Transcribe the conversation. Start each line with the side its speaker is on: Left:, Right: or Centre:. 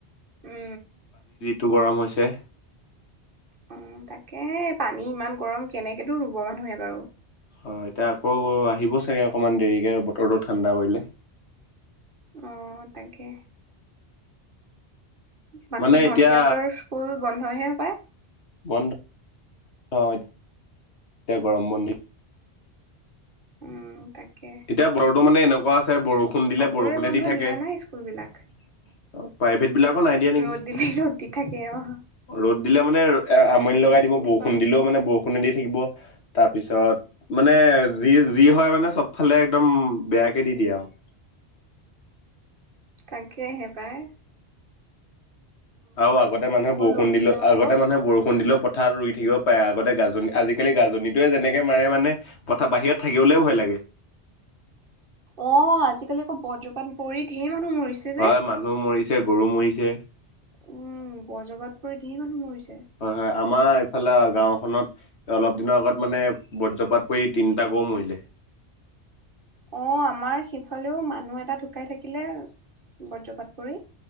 Right: উম
Left: টো গৰম হৈছে-
Right: অ তাকে পানী ইমান গৰম কেনেকেনো ৰুব মানুহে বাৰু
Left: হয় এতিয়া আকৌ আহিব চাগে অকমান দেৰিকে বতৰটো ঠাণ্ডা কৰিলে
Right: অ তাকে বাকী
Left: মানে
Right: ভন্টিহঁতৰ
Left: এতিয়া
Right: স্কুল বন্ধহে? হপায়
Left: বন্ধ অ এতিয়া গৰম বন্ধ দি
Right: উম তাকে
Left: এতিয়া বতৰটো মানে এনেকুৱা আছে বৰষুণ দিলে
Right: চবৰে
Left: বৰষুণে
Right: বন্ধ
Left: দি থাকে
Right: দিয়া
Left: অ
Right: নাই স্কুল বিলাক
Left: প্ৰাইভেট বিলাকৰ নাই দিয়া নেকি
Right: ৰদ দিল ৰ'দ দি থাকে অ
Left: ৰ'দ দিলে মানে
Right: উম
Left: আমনি লগাই দিব
Right: তেনেকুৱা
Left: বৰষুণ
Right: হৈছে
Left: দিলেও মানে বৰষুণে দি থাকিব তাৰপিছত মানে যি যি হয় মানে চব ফালে একদম বেয়াকে দি দিয়ে আৰু
Right: তাকেহে পায়
Left: আৰু আগতে মানুহে বৰষুণ
Right: ৰ'দ
Left: দিলে
Right: দিলেও
Left: আগতে
Right: ৰ'দ
Left: মানুহে বৰষুণ দিলেও পথাতত ৰুই থাকিব পাৰে আগতে গাজনি আজিকালি গাজনিটোৱে যেনেকে মাৰে মানে পথাৰ বাহিৰত থাকিবলৈ ভয় লাগে।
Right: অ আজিকালি আকৌ বজ্ৰপাত পৰি ধেই মানুহ মৰিছে যে
Left: হয় মানুহ মৰিছে গৰু মৰিছে
Right: উম বজগাত পৰি ধেই মানুহ মৰিছে,
Left: হয় হয় আমাৰ ইফালে গাওখনত অলপ দিনৰ আগত মানে বজ্ৰপাত পৰি তিনিটা গৰু মৰিলে
Right: অ আমাৰ সিফালেও মানুহ এটা ঢুকাই থাকিলে বজ্ৰপাত পৰি